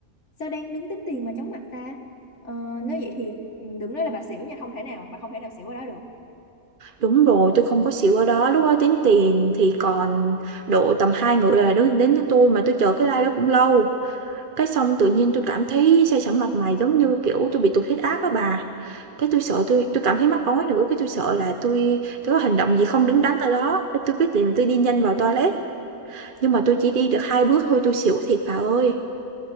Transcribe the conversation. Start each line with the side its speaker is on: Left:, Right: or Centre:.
Left: sao đang đứng tính tiền mà chóng mặt ta ờ, Nếu vậy thì ừ, đừng nói là bà xỉu nha Không thể nào bà không thể nào xỉu ở đó được
Right: Đúng rồi, tôi không có xỉu ở đó, lúc đó tính tiền thì còn độ tầm hai người là đứng đến với tôi mà tôi chờ cái like đó cũng lâu Cái xong tự nhiên tôi cảm thấy say sẩm mặt mày giống như, kiểu, tôi bị tụt huyết áp á bà. Cái tôi sợ tôi tôi cảm thấy mắc ói nữa, cái tôi sợ là tôi tôi có hành động gì không đứng đắn ở đó, cái tôi quyết định là tôi đi nhanh vào toilet, nhưng mà tôi chỉ đi được 2 bước thôi tôi xỉu thiệt bà ơi.